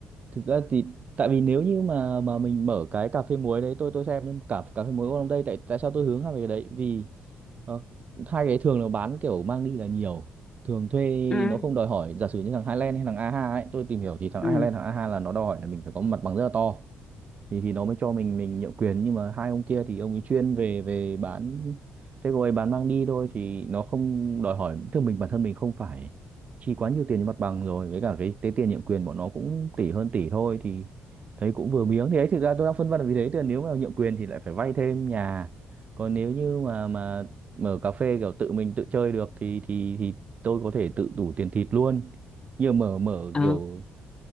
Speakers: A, on the right (about 35°); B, on the left (about 20°).
A: thực ra thì tại vì nếu như mà mà mình mở cái cà phê muối đấy tôi tôi xem nhưng cả cà phê muối ở đây tại tại sao tôi hướng vào cái đấy vì Ờ, hai cái thường nó bán kiểu mang đi là nhiều thường thuê
B: ừ
A: nó không đòi hỏi giả sử như thằng Highland hay thằng a ha ấy tôi tìm hiểu thì thằng
B: ừ
A: Highland thằng a ha là nó đòi hỏi là mình phải có một mặt bằng rất là to thì thì nó mới cho mình mình nhượng quyền nhưng mà hai ông kia thì ông ấy chuyên về về bán thế rồi bán mang đi thôi thì nó không đòi hỏi thương mình bản thân mình không phải chi quá nhiều tiền cho mặt bằng rồi với cả cái cái tiền nhượng quyền bọn nó cũng tỷ hơn tỷ thôi thì thấy cũng vừa miếng thì ấy thực ra tôi đang phân vân là vì thế thì nếu mà nhượng quyền thì lại phải vay thêm nhà còn nếu như mà mà mở cà phê kiểu tự mình tự chơi được thì thì thì tôi có thể tự đủ tiền thịt luôn như mở mở
B: ừ
A: kiểu